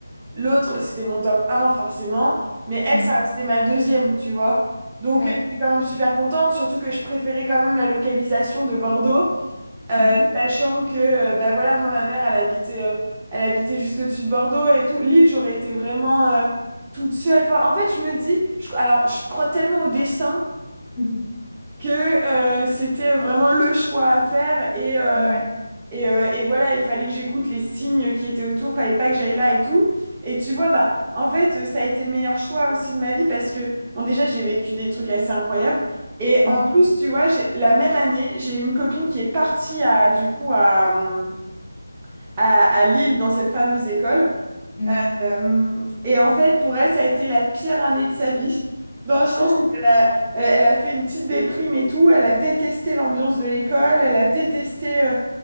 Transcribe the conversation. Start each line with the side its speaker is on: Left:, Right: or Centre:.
Right: l'autre, c'était mon top 1 forcément, mais elle,
Left: Mhm.
Right: ça restait ma deuxième, tu vois. Donc,
Left: Ouais.
Right: euh, j'étais quand même super contente, surtout que je préférais quand même la localisation de Bordeaux, euh,
Left: Mhm.
Right: sachant que, euh, bah voilà, moi, ma mère, elle habitait, euh, elle habitait juste au-dessus de Bordeaux et tout. L'île, j'aurais été vraiment euh, toute seule. Enfin, en fait, je me dis, je- alors, je crois tellement au destin
Left: Mhm.
Right: que euh, c'était vraiment le choix à faire et. euh,
Left: <laughs> Ouais.
Right: et, euh, et voilà, il fallait que j'écoute les signes qui étaient autour, fallait pas que j'aille là et tout. Et tu vois, bah, en fait, euh, ça a été le meilleur choix aussi de ma vie parce que, bon, déjà, j'ai vécu des trucs assez incroyables. Et
Left: Mhm.
Right: en plus, tu vois, j'ai, la même année, j'ai eu une copine qui est partie à, du coup, à, hum, à, à Lille dans cette fameuse école.
Left: Ouais.
Right: Euh, et en fait, pour elle, ça a été la pire année de sa vie, dans le sens
Left: Ah,
Right: qu'elle a, elle elle a fait une petite déprime et tout, elle a détesté l'ambiance de l'école, elle a détesté, euh,